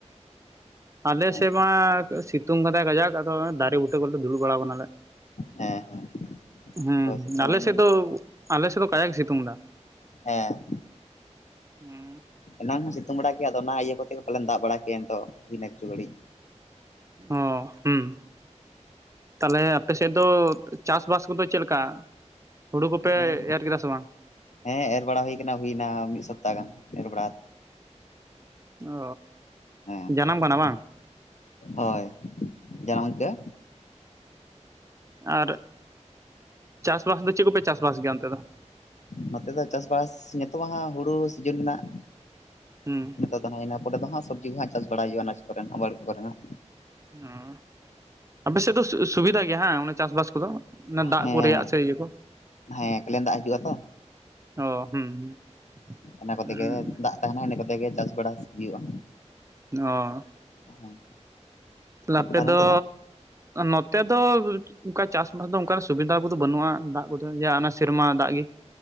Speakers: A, on the right; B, on the left.
A: ᱟᱞᱮ
B: ᱦᱮᱸ
A: ᱥᱮᱫ ᱢᱟ ᱥᱤᱛᱩᱝ ᱠᱟᱫᱟᱭ ᱜᱟᱡᱟᱠ ᱟᱫᱚ ᱫᱟᱨᱮ ᱵᱩᱴᱟᱹ ᱠᱚᱨᱮᱞᱮ ᱫᱩᱲᱩᱵ ᱵᱟᱲᱟᱟᱣ ᱠᱟᱱᱟᱞᱮ
B: ᱦᱮᱸ ᱦᱮᱸ
A: ᱦᱩᱸ
B: ᱦᱳᱭ ᱥᱤᱛᱩᱝ
A: ᱟᱞᱮ ᱥᱮᱫ ᱫᱚ ᱟᱞᱮ ᱥᱮᱫ ᱫᱚ ᱠᱟᱡᱟᱠ ᱜᱮ ᱥᱤᱛᱩᱝ ᱫᱟ
B: ᱦᱮᱸ
A: ᱦᱩᱸ
B: ᱮᱱᱟᱝ ᱦᱚᱸ ᱥᱤᱛᱩᱝ ᱵᱟᱲᱟ ᱠᱮᱜᱼᱟ ᱟᱫᱚ ᱚᱱᱟ ᱤᱭᱟᱹ ᱠᱚ ᱛᱮ ᱜᱮ ᱯᱟᱞᱮᱱ ᱫᱟᱜ ᱵᱟᱲᱟ ᱠᱮᱜᱼᱟ ᱱᱤᱛᱚᱜ ᱦᱤᱱᱟᱹ ᱠᱤᱪᱩ ᱜᱷᱟᱹᱲᱤᱡ᱾
A: ᱚ ᱦᱩᱢ ᱛᱟᱦᱚᱞᱮ ᱟᱯᱮ ᱥᱮᱫ ᱫᱚ ᱪᱟᱥ ᱵᱟᱥ ᱠᱚ ᱫᱚ ᱪᱮᱫ ᱞᱮᱠᱟ? ᱦᱩᱲᱩ ᱠᱚ ᱯᱮ
B: ᱦᱮᱸ
A: ᱮᱨ ᱠᱮᱫᱟ ᱥᱮ ᱵᱟᱝᱼᱼ
B: ᱦᱮᱸ ᱮᱨ ᱵᱟᱲᱟ ᱦᱩᱭ ᱟᱠᱟᱱᱟ ᱦᱩᱭᱱᱟ ᱢᱤᱫ ᱥᱚᱯᱛᱟᱦ ᱜᱟᱱ ᱮᱨ <unintelligible>
A: ᱚ
B: ᱦᱮᱸ
A: ᱡᱟᱱᱟᱢ ᱠᱟᱱᱟ ᱵᱟᱝᱼᱼ
B: ᱦᱳᱭ ᱡᱟᱢ ᱟᱹᱭᱠᱟᱹᱜᱼᱟ
A: ᱟᱨ ᱪᱟᱥ ᱵᱟᱥ ᱫᱚ ᱪᱮᱫ ᱠᱚ ᱯᱮ ᱪᱟᱥᱵᱟᱥ ᱜᱮᱭᱟ ᱚᱱᱛᱮ ᱫᱚᱼᱼ
B: ᱱᱚᱛᱮ ᱫᱚ ᱪᱟᱥ ᱵᱟᱥ ᱱᱤᱛᱚᱜ ᱢᱟ ᱦᱩᱲᱩ ᱥᱤᱡᱤᱱ ᱨᱮᱱᱟᱜᱼᱼ
A: ᱦᱩᱢ
B: ᱱᱤᱛᱚᱜ ᱫᱚ ᱦᱟᱸ ᱤᱱᱟᱹ ᱯᱚᱨᱮ ᱫᱚ ᱦᱟᱸᱜ ᱥᱚᱵᱽᱡᱤ ᱠᱚ ᱦᱟᱸᱜ ᱪᱟᱥ ᱵᱟᱲᱟᱭ ᱦᱩᱭᱩᱜᱼᱟ ᱚᱱᱟ ᱠᱚ ᱨᱮᱱᱟᱜ ᱵᱟᱲᱜᱮ ᱠᱚ ᱨᱮᱱᱟᱜᱼᱼ
A: ᱚ ᱟᱯᱮ ᱥᱮᱫ ᱫᱚ ᱥᱩᱵᱤᱫᱷᱟ ᱜᱮᱭᱟ ᱚᱱᱮ ᱪᱟᱥ ᱵᱟᱥ ᱠᱚ ᱫᱚᱼᱼ ᱚᱱᱟ ᱫᱟᱜ
B: ᱦᱮᱸ
A: ᱠᱚ ᱨᱮᱭᱟᱜ ᱥᱮ ᱤᱭᱟᱹ ᱠᱚ
B: ᱦᱮᱸ ᱠᱮᱞᱮᱱ ᱫᱟᱜ ᱦᱤᱡᱩᱜᱼᱟ ᱛᱚᱼᱼ
A: ᱚ ᱦᱩᱸ
B: ᱤᱱᱟᱹ ᱠᱚᱛᱮ
A: ᱚ
B: ᱜᱮ ᱫᱟᱜ ᱛᱟᱦᱮᱱᱟ ᱤᱱᱟᱹ ᱠᱚᱛᱮ ᱜᱮ ᱪᱟᱥ ᱵᱟᱲᱟ ᱦᱩᱭᱩᱜᱼᱟ
A: ᱚ
B: ᱦᱮᱸ
A: ᱛᱟᱦᱚᱞᱮ ᱟᱯᱮ
B: ᱟᱨ
A: ᱫᱚ
B: ᱚᱱᱛᱮ
A: ᱱᱚᱛᱮ ᱫᱚᱼᱼ ᱚᱱᱠᱟ ᱪᱟᱥᱵᱟᱥ ᱫᱚ ᱚᱱᱠᱟᱱᱟᱜ ᱥᱩᱵᱤᱫᱷᱟ ᱠᱚᱫᱚ ᱵᱟᱹᱱᱩᱜᱼᱟ ᱫᱟᱜ ᱠᱚᱫᱚ ᱡᱟ ᱚᱱᱟ ᱥᱮᱨᱢᱟ ᱫᱟᱜ ᱜᱮᱼᱼ